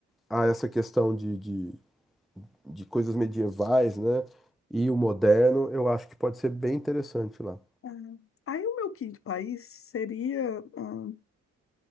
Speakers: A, in the centre; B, on the left.
A: a essa questão de, de, de coisas medievais, né? E o moderno, eu acho que pode ser bem interessante lá.
B: Ah, aí, o meu quinto país seria. ah,